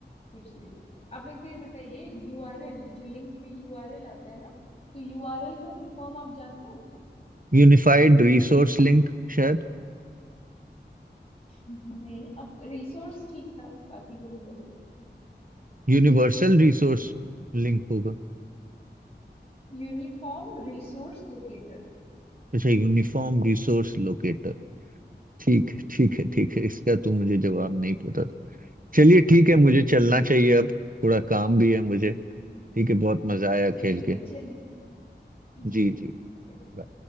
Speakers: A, on the left (about 35°); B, on the right (about 50°).
A: पूछ लेते हैं। आप मेरे को ये बताइए यूआरएल जो लिंक में यूआरएल आता है ना तो यूआरएल का फुल फॉर्म आप जानते हैं
B: यूनिफाइड रिसोर्स लिंक शायद
A: नहीं अब रिसोर्स ठीक था बाकी दोनों गलत
B: यूनिवर्सल रिसोर्स लिंक होगा
A: Uniform resource locator
B: अच्छा यूनिफॉर्म रिसोर्स लोकेटर ठीक है ठीक है ठीक है इसका तो मुझे जवाब नहीं पता था चलिए ठीक है मुझे चलना चाहिए अब थोड़ा काम भी है मुझे ठीक है बहुत मजा आया
A: ठीक
B: खेल
A: है
B: के
A: चलिए जी
B: जी
A: जी
B: जी
A: चलिए
B: bye।